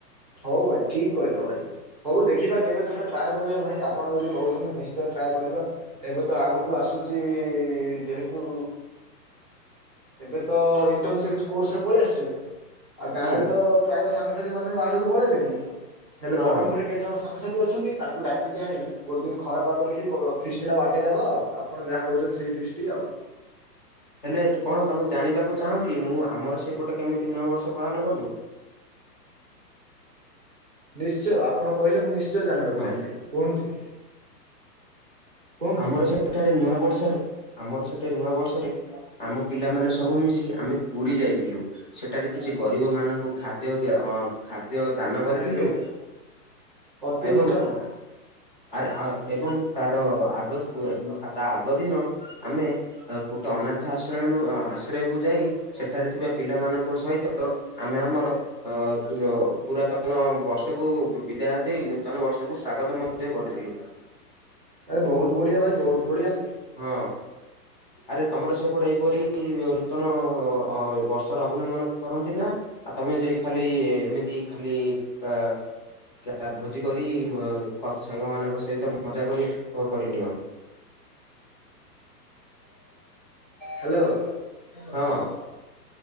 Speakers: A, on the right; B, on the left.
A: ହଉ ଭାଇ ଠିକ୍ କହିଲ ଭାଇ। ହଉ ଦେଖିବା କେବେଥରେ ଟ୍ରାଏ କରିବା ଭାଇ ଆପଣ ଯଦି କହୁଛନ୍ତି ନିଶ୍ଚୟ ଟ୍ରାଏ କରିବା। ଏବେ ତ ଆଗକୁ ଆସୁଛି ଯେହେତୁ। ଏବେ ତ ଇଣ୍ଟର୍ନସିପ କୋର୍ସରେ ପଳେଇ ଆସଛି ଆଉ ଗାଁରେ
B: ହୁଁ
A: ତ। ପ୍ରାୟ ସାଙ୍ଗସାଥି ମାନେ ବାହାରକୁ ପଳେଇଲେନି ହେଲେ
B: ହଁ
A: ବରମପୁରରେ
B: ହଁ
A: କେଇଜଣ ସା ସାଙ୍ଗସାଥି ଅଛନ୍ତି ତାଙ୍କୁ ଡାକିକି ଆଣି। ଗୋଟେଦିନ ଖରାପାଗ ଦେଖି କ ଫିଷ୍ଟି ଟା ବାଡେଇଦବା ଆଉ ଆପଣ ଯାହା କହୁଛନ୍ତି ସେଇ ଫିଷ୍ଟ ଆଉ।
B: ହେଲେ କଣ ତମେ ଜାଣିବାକୁ ଚାହଁ କି ମୁଁ ଆମର ସେପଟେ କେମିତି ନୂଆ ବର୍ଷ ପାଳନ କଲୁ।
A: ନିଶ୍ଚୟ ଆପଣ କହିଲେ ମୁଁ ନିଶ୍ଚୟ ଜାଣିବାକୁ
B: ହଁ
A: ଚାହିଁବି କୁହନ୍ତୁ। କୁହନ୍ତୁ
B: ଆମର ସେଠାରେ ନୂଆ ବର୍ଷରେ ଆମର ସେଠାରେ ନୂଆ ବର୍ଷରେ। ଆମ ପିଲାମାନେେ ସବୁ ମିଶି ଆମେ ପୁରୀ ଯାଇଥିଲୁ। ସେଠାରେ କିଛି ଗରିବ ମାନଙ୍କୁ ଖାଦ୍ୟ ଅ ଖାଦ୍ୟ ଦାନ କରିଥିଲୁ।
A: ଆରେ ଅତି
B: ଏବଂ।
A: ଉତ୍ତମ
B: ଆରେ ଆ ଏବଂ ତାର ଆଗ ତା ଆଗ ଦିନ ଆମେ। ଗୋଟେ ଅନାଥ ଆଶ୍ରୟମ ଆଶ୍ରୟକୁ ଯାଇ ସେଠାରେ ଥିବା ପିଲାମାନଙ୍କ ସହିତ। ଆମେ ଆମର ଅ ପୁରାତନ ବର୍ଷକୁ। ବିଦାୟ ଦେଇ ନୂତନ ବର୍ଷକୁ ସ୍ଵାଗତ ମଧ୍ୟ କରିଥିଲୁ।
A: ଆରେ ବହୁତ ବଢିଆ ଭାଇ ବହୁତ ବଢିଆ।
B: ହଁ ଆରେ ତମର ସେପଟେ ଏପରି ନୂତନ। ଅ ବର୍ଷର ଅଭିନନ୍ଦନ କରନ୍ତି ନା। ଆଉ ତମେ ଯାଇ ଖାଲି ଏମିତି ଖାଲି କା ଆ ଭୋଜି କରି ସାଙ୍ଗ ମାନଙ୍କ ସହିତ ମଜା କରି କରିନିଅ।
A: ହ୍ୟାଲୋ।
B: ହଁ।